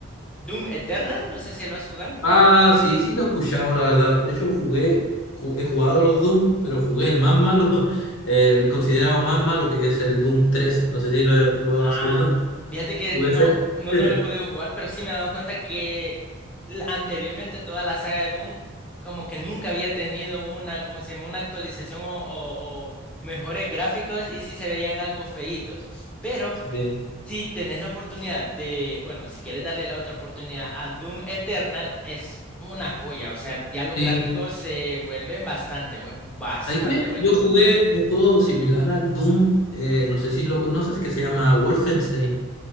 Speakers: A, in the centre; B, on the left (about 70°).
A: Doom Eternal, no sé si lo has jugado.
B: Ah, sí, sí lo he escuchado, la verdad. De hecho, jugué, ju- he jugado los Doom, pero jugué el más malo, <laughs> eh, el considerado más malo, que es el Doom 3. No sé si lo, lo
A: Ah,
B: has jugado. <laughs>
A: fíjate que
B: Jugué
A: no,
B: ese.
A: no,
B: <laughs>
A: no lo he podido jugar, pero sí me he dado cuenta que la- anteriormente toda la saga de Doom como que nunca había tenido una, como se llama, una actualización o, o- o mejores gráficos y sí se veían algo feitos. Pero
B: Sí.
A: si tenés la oportunidad de, bueno, si quieres darle la otra oportunidad a Doom Eternal, es una joya. O sea, ya los
B: Sí.
A: gráficos se vuelven bastante, bue- bastante
B: ¿Sabes qué?
A: buenos.
B: Yo jugué un juego similar al Doom, eh, no sé si lo conoces, que se llama Wolfenstein.